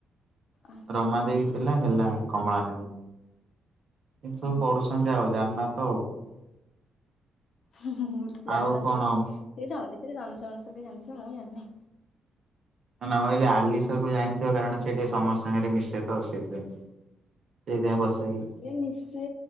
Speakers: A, on the left; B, on the right.
A: ଆଚ୍ଛା
B: ରମା
A: ଆଚ୍ଛା।
B: ଦେଇ ଥିଲା ହେଲା କମଳା ନେବ ଏମିତି ସବୁ
A: ଓହୋ
B: ପଢୁଛନ୍ତି ଆଉ ଜାଣିନ ତ ଆଉ
A: ହୁଁ ହୁଁ ମୁଁ ତ ଜାଣି
B: ଆଉ
A: ନଥିବି
B: କଣ ଆଉ
A: ସେତ <unintelligible> ଜାଣିଥିବେ ମୁଁ ଜାଣିନି।
B: ମୁଁ କିହିଲି ଆଲିସା କୁ ଜାଣିଚ କାରଣ ସେ ଏଠି ସମସ୍ତ ସାଙ୍ଗରେ ମିଶେ ତ ସେଇଥିପାଇଁ। ସେଇଥିପାଇଁ <unintelligible>
A: ନି ସେ